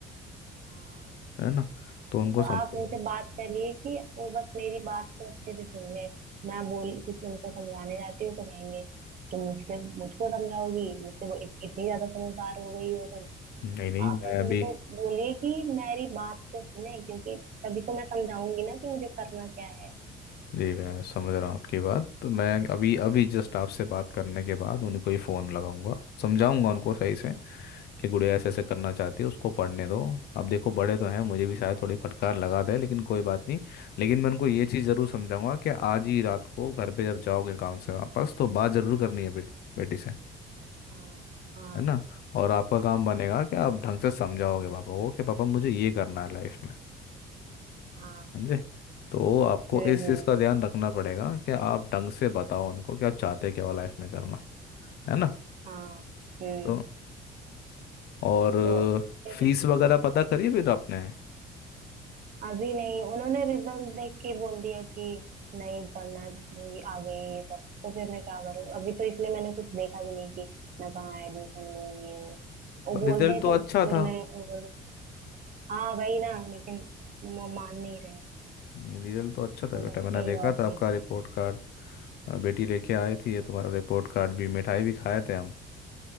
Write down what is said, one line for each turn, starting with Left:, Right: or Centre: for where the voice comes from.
Right: हाँ
Left: है ना तो उनको
Right: तो
Left: समझाओ
Right: आप उनसे बात करिए कि वो बस मेरी बात को अच्छे से सुन ले मैं बोल कुछ उनको समझाने जाती हूँ तो कहेंगे तुम मुझसे मुझको समझाओगी मुझसे वो इत, इतनी ज्यादा समझदार हो गई हो तुम तो
Left: नहीं नहीं
Right: आप
Left: मैं
Right: बस
Left: अभी
Right: उनको बोलिए कि मेरी बात तो सुने क्योंकि तभी तो मैं समझाऊंगी ना कि मुझे करना क्या है
Left: जी मैं समझ रहा हूँ आपकी बात तो मैं अभी अभी जस्ट आपसे बात करने के बाद उनको ही फ़ोन लगाऊंगा समझाऊंगा उनको सही से कि गुड़िया ऐसे ऐसे
Right: हाँ
Left: करना चाहती है उसको पढ़ने दो अब देखो बड़े तो हैं मुझे भी शायद थोड़ी फटकार लगा दे लेकिन कोई बात नहीं लेकिन मैं उनको ये चीज़ ज़रूर समझाऊंगा कि आज ही रात को घर पे जब जाओगे काम से वापस तो बात ज़रूर करनी है बेट, बेटी से
Right: हाँ हाँ
Left: है ना और आपका काम बनेगा
Right: हाँ
Left: कि आप ढंग से समझाओगे पापा को कि पापा मुझे ये करना है लाइफ में
Right: हाँ
Left: समझे तो आपको
Right: हम्म
Left: इस
Right: हम्म
Left: चीज़ का ध्यान रखना पड़ेगा कि आप ढंग से बताओ उनको कि आप चाहते क्या हो लाइफ में करना है ना
Right: हाँ हम्म
Left: तो और
Right: तो फिर
Left: फीस वगैरह पता करी फिर आपने
Right: अभी नहीं उन्होंने रिजल्ट देख के बोल दिया कि नहीं पढ़ना है, ये आ गई ये सब तो फिर मैं क्या करूँ अभी तो इसलिए मैंने कुछ देखा भी नहीं कि मैं कहाँ एडमिशन लूँ ये वो वो बोल
Left: रिजल्ट
Right: दे
Left: तो
Right: तो
Left: अच्छा
Right: फिर
Left: था
Right: मैं वो- करूँ। हाँ वही ना लेकिन वो मान नहीं रहे
Left: नहीं रिजल्ट तो अच्छा था
Right: तो
Left: बेटा
Right: बस
Left: मैंने
Right: यही
Left: देखा
Right: बात
Left: था आपका
Right: थी
Left: रिपोर्ट कार्ड अ, बेटी लेके आई थी ये तुम्हारा रिपोर्ट कार्ड भी मिठाई भी खाए थे हम